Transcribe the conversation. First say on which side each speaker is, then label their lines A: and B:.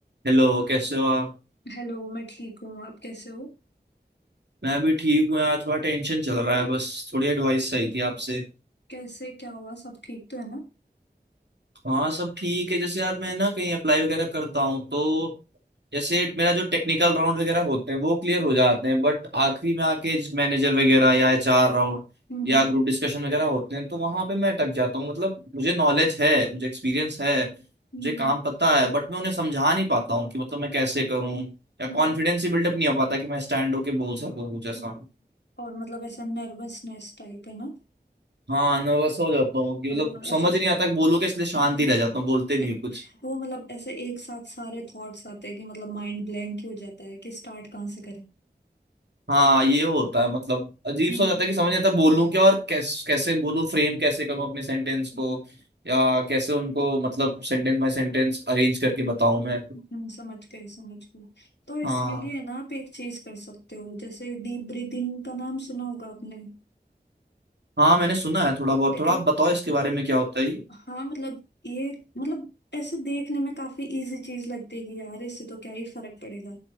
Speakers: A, on the right; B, on the left.
A: Hello कैसे हो आप
B: हेलो मैं ठीक हूँ आप कैसे हो
A: मैं भी ठीक हूँ यार थोड़ा टेंशन चल रहा है बस थोड़ी एडवाइस चाहिए थी आपसे
B: कैसे क्या हुआ सब ठीक तो है ना
A: हाँ सब ठीक है जैसे यार मैं ना कहीं अप्लाई वगैरह करता हूँ तो जैसे मेरा जो टेक्निकल राउंड वगैरह होते हैं वो क्लियर हो जाते हैं बट आखिरी में आके मैनेजर वगैरह या एचआर राउंड
B: हम्म
A: या
B: हम्म
A: ग्रुप डिस्कशन वगैरह होते हैं तो वहां पे मैं अटक जाता हूँ मतलब मुझे नॉलेज है मुझे एक्सपीरियंस है मुझे
B: हम्म
A: काम पता है बट मैं उन्हें समझा नहीं पाता हूँ कि मतलब मैं कैसे करूँ या कॉन्फिडेंस
B: हम्म हम्म,
A: ही बिल्डअप नहीं हो पाता कि मैं स्टैंड होके बोल सकूँ कुछ ऐसा
B: हम्म। और मतलब ऐसा नर्वसनेस टाइप है ना
A: हाँ नर्वस हो जाता हूँ कि
B: हाँ,
A: मतलब
B: और
A: समझ
B: ऐसे
A: नहीं आता कि बोलूँ क्या इसलिए शांति
B: हाँ
A: रह जाता हूँ बोलते
B: <laughs>
A: नहीं कुछ
B: वो मतलब ऐसे एक साथ सारे थॉट्स आते हैं कि मतलब माइंड ब्लैंक ही हो जाता है कि स्टार्ट कहाँ से करें
A: हाँ ये होता है मतलब अजीब
B: हम्म
A: सा हो जाता है कि समझ नहीं आता बोलूँ क्या और कैस, कैसे बोलूँ फ्रेम कैसे करूँ अपने सेंटेंस
B: हम्म
A: को या कैसे उनको मतलब सेंटेंस बाय सेंटेंस अरेंज करके बताऊँ मैं
B: हम्म, समझ गए समझ गए तो इसके
A: हाँ
B: लिए ना आप एक चीज कर सकते हो जैसे डीप ब्रीदिंग का नाम सुना होगा आपने
A: हाँ मैंने सुना है थोड़ा बहुत
B: लेकिन
A: थोड़ा आप बताओ इसके बारे में क्या होता है ये
B: हाँ मतलब ये मतलब ऐसे देखने में काफी इजी चीज लगतेगी यार इससे तो क्या ही फर्क पड़ेगा